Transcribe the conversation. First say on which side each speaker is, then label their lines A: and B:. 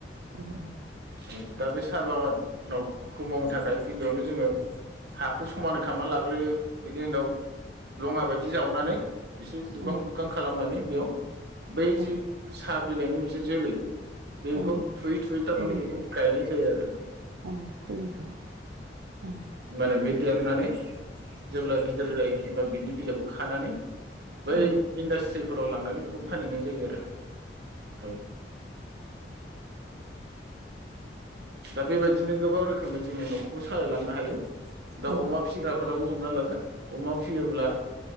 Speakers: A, on the right; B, on the right.
A: ओं औ
B: औ दा बे सा बागान-नाव खौ मावनो थाखाय गिबियावनो जोङो हाखौ समान खामना लाग्रोयो बिनि उनाव लङा बायदि दि जावनानै इसे दुबगां
A: औ
B: दुबगां खालामनानै बेयाव बै
A: औ
B: जि साब बिलाइनि मोनसे जोलै बेखौ
A: औ
B: थुयै थुयै
A: फुलि
B: थारमाने बेखौ गायनाय जा यो आरो
A: औ फुलिखौ ओम।
B: होनबानो बे देरनानै जेब्ला गिदिर जायो होनबा बिनि बिलाइखौ खानानै बै
A: औ
B: इनडास्ट्रि फोराव लांनानै बेखौ फानहैनाय जायो आरो। औ दा बेबादिनो गोबां रोखोमै जोङो न'खरखौ सालायलांनो हायो। दा
A: औ
B: अमा फिसिग्राफोराबो हमना लादो अमा फिसियोब्ला